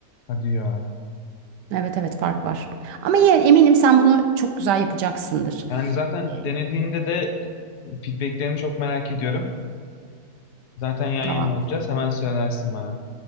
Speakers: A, on the left; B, on the right.
A: Hadi ya.
B: Evet evet fark var. Ama yine eminim sen bunu çok güzel yapacaksındır.
A: Yani zaten
B: E,
A: denediğinde de feedbacklerini çok merak ediyorum. Zaten yan
B: Tamam
A: yana olacağız. Hemen söylersin bana.